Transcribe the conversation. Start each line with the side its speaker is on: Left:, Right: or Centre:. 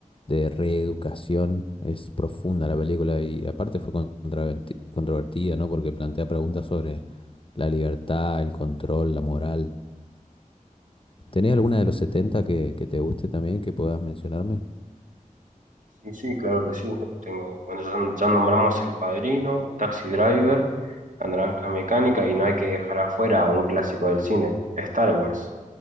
Left: de reeducación. Es profunda la película y aparte fue contraventi- controvertida, ¿no? Porque plantea preguntas sobre la libertad, el control, la moral. ¿Tenés alguna de los 70 que, que te guste también que puedas mencionarme?
Right: Sí, sí, claro que sí. Tengo, bueno, ya, ya nombramos El Padrino, Taxi Driver, La Naranja Mecánica y no hay que dejar afuera a un clásico del cine, Star Wars,